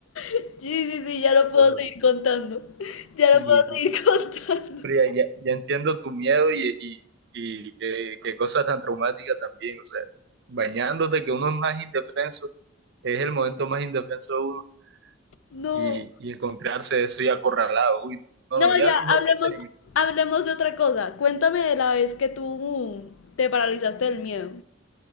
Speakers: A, on the left; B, on the right.
A: Sí, sí, sí, ya no
B: Eso
A: puedo
B: es horrible.
A: seguir contando, ya
B: Sí,
A: no puedo
B: sí.
A: seguir <laughs> contando.
B: Pero ya, ya, ya entiendo tu miedo y, y, y qué, qué cosas tan traumáticas también. O sea, bañándote, que uno es más indefenso, es el momento más indefenso de uno
A: No.
B: y, y encontrarse eso y acorralado. Uy, no,
A: No,
B: no, no, ya
A: ya hablemos,
B: no pensé
A: hablemos de otra cosa. Cuéntame de la vez que tú te paralizaste del miedo.